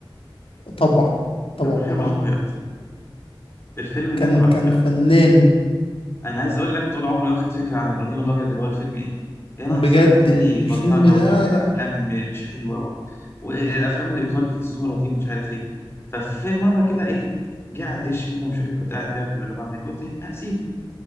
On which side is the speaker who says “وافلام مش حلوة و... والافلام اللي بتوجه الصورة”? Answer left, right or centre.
Left